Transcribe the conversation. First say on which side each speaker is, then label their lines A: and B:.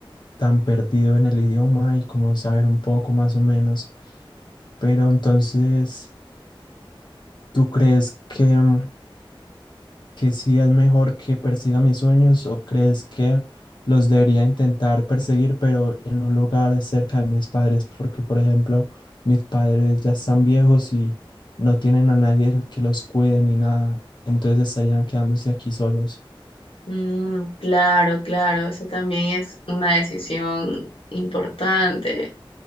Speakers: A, on the left (about 55°); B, on the left (about 80°).
A: tan perdido en el idioma y como saber un poco más o menos. Pero entonces, ¿tú crees que mm, que sí es mejor que persiga mis sueños o crees que los debería intentar perseguir, pero en un lugar cerca de mis padres? Porque, por ejemplo, mis padres ya están viejos y no tienen a nadie que los cuide ni nada, entonces estarían quedándose aquí solos.
B: Mm, claro, claro, eso también es una decisión importante.